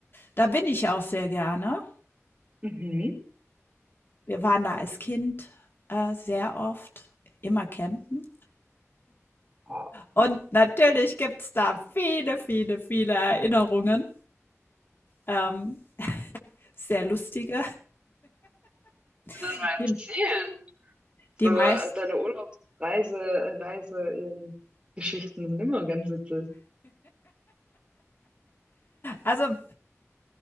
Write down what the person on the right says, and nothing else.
Mhm.
Oh.
Dann
mal
erzählen. So,
äh, deine Urlaubsreise, Reise, ähm, Geschichten sind immer ganz witzig.